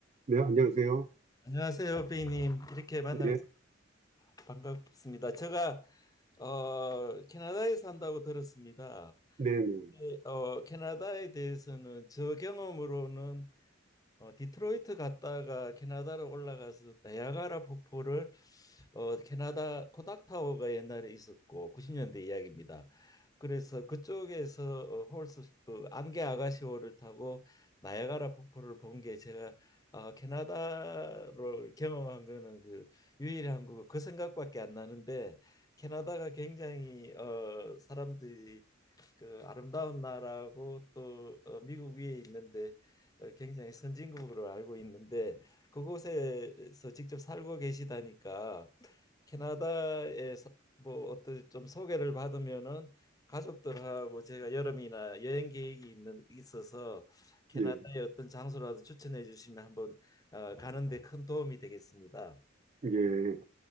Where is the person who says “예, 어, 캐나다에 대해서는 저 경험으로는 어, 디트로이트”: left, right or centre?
Left